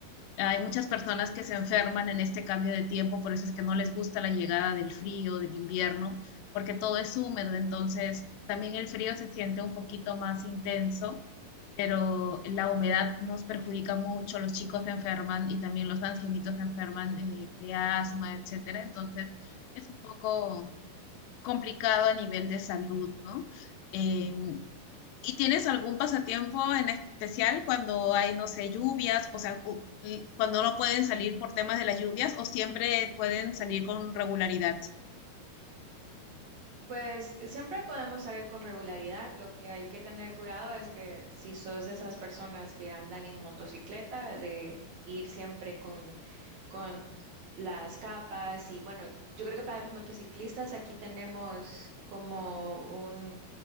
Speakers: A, on the left (about 85°); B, on the right (about 55°).
A: hay muchas personas que se enferman en este cambio de tiempo, por eso es que no les gusta la llegada del frío, del invierno, porque todo es húmedo, entonces también el frío se siente un poquito más intenso, pero la humedad nos perjudica mucho, los chicos se enferman y también los ancianitos se enferman eh, de asma, etcétera, entonces es un poco complicado a nivel de salud, ¿no? Eh, ¿y tienes algún pasatiempo en especial cuando hay, no sé, lluvias, o sea, u- y cuando no pueden salir por temas de las lluvias o siempre pueden salir con regularidad?
B: Pues siempre podemos salir con regularidad. Lo que hay que tener cuidado es que si sos de esas personas que andan en motocicleta, de ir siempre con con las capas y bueno, yo creo que para los motociclistas aquí tenemos como un